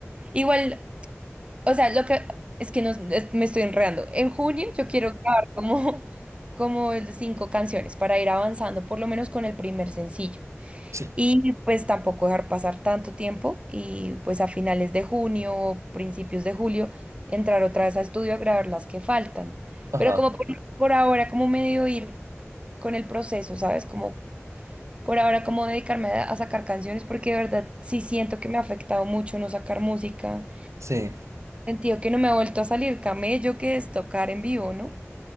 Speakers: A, on the right; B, on the right.
A: Igual, o sea, lo que es que no, es- me estoy enredando. En junio yo quiero grabar como, como el de cinco canciones para ir avanzando, por lo menos con el primer sencillo.
B: Sí.
A: Y pues tampoco dejar pasar tanto tiempo y pues a finales de junio o principios de julio entrar otra vez a estudio a grabar las que faltan.
B: Ajá.
A: Pero como por, por ahora, como medio ir con el proceso, ¿sabes? Como por ahora, como dedicarme a, a sacar canciones porque de verdad sí siento que me ha afectado mucho no sacar música.
B: Sí.
A: Sentido que no me ha vuelto a salir camello que es tocar en vivo, ¿no?